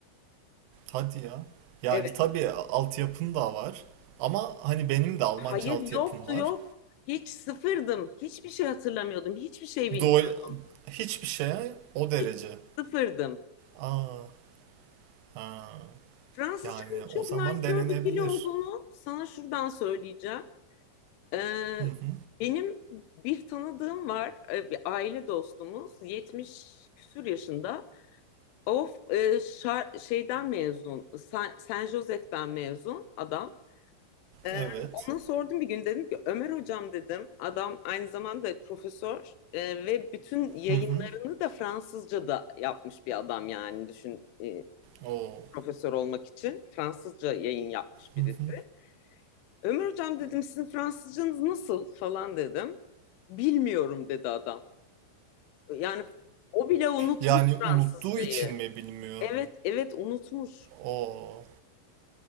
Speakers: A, on the right; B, on the left.
A: hadi ya. Yani
B: Evet,
A: tabii altyapın da var ama hani benim de Almanca
B: hayır
A: altyapım
B: yoktu
A: var.
B: yok. Hiç sıfırdım. Hiçbir şey hatırlamıyordum. Hiçbir şey bilmiyordum.
A: Duol hiçbir şeye o derece.
B: Hiç sıfırdım.
A: Aa, ha.
B: Fransızcanın
A: Yani
B: çok
A: o zaman
B: nankör
A: denenebilir.
B: bir dil olduğunu sana şuradan söyleyeceğim. Ee,
A: Hı hı.
B: benim bir tanıdığım var, e, bir aile dostumuz, 70 küsur yaşında. Of, e, şar- şeyden mezun, San, San Josef'ten mezun adam. Ee,
A: Evet.
B: ona sordum bir gün dedim ki Ömer hocam dedim. Adam aynı zamanda profesör e, ve bütün yayınlarını
A: Hı hı.
B: da Fransızca'da yapmış bir adam yani düşün e,
A: Oo.
B: profesör olmak için Fransızca yayın yapmış
A: Hı
B: birisi.
A: hı.
B: Ömer hocam dedim sizin Fransızcanız nasıl falan dedim. Bilmiyorum dedi adam. Yani o bile unutmuş
A: Yani
B: Fransızcayı.
A: unuttuğu için mi bilmiyor?
B: Evet evet unutmuş.
A: Oo.